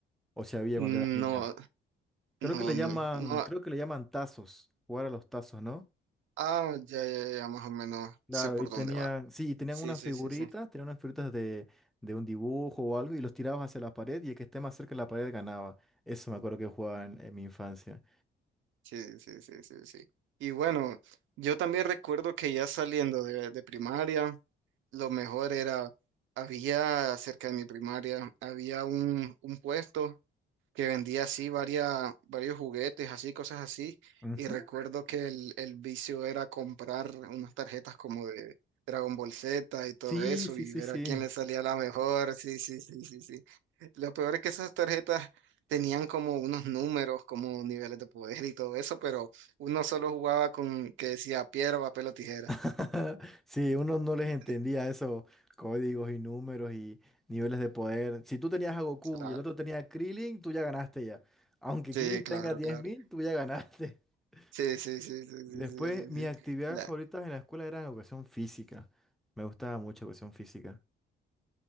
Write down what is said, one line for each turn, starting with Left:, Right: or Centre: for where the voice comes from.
Centre: o si había
Right: No,
Centre: cuando eras niño. Creo
Right: no,
Centre: que le
Right: no,
Centre: llaman,
Right: no.
Centre: creo que le llaman tazos, jugar a los tazos, ¿no?
Right: Ah, ya, ya, ya, más o menos
Centre: Claro,
Right: sé por
Centre: y tenían,
Right: dónde va.
Centre: sí, tenían
Right: Sí,
Centre: unas
Right: sí,
Centre: figuritas,
Right: sí, sí.
Centre: tenían unas figuritas de, de un dibujo o algo y los tirabas hacia la pared y el que esté más cerca de la pared ganaba. Eso me acuerdo que jugaba en, en mi infancia.
Right: Sí, sí, sí, sí, sí. Y bueno, yo también recuerdo que ya saliendo de de primaria. lo mejor era, había cerca de mi primaria, había un, un puesto que vendía así varias, varios juguetes, así, cosas así.
Centre: Ujú.
Right: Y recuerdo que el, el vicio era comprar unas tarjetas como de Dragon Ball Z y todo
Centre: Sí,
Right: eso
Centre: sí,
Right: y
Centre: sí,
Right: ver
Centre: sí.
Right: a quién le salía la mejor. Sí, sí, sí, sí, sí. Lo peor es que esas tarjetas tenían como unos números, como niveles de poder y todo eso, pero uno solo jugaba con que decía piedra, papel o tijera.
Centre: <laughs> Sí, uno no les
Right: Sí,
Centre: entendía esos códigos y números y niveles de poder. Si tú tenías a Goku
Right: claro,
Centre: y el otro tenía a Krillin, tú ya ganaste ya. Aunque
Right: sí,
Centre: Krillin tenga
Right: claro,
Centre: diez
Right: claro.
Centre: mil, tú ya ganaste. <laughs>
Right: Sí, sí, sí, sí, sí,
Centre: Después,
Right: sí, sí,
Centre: mis
Right: sí.
Centre: actividades
Right: La-
Centre: favoritas en la escuela eran educación física. Me gustaba mucho educación física.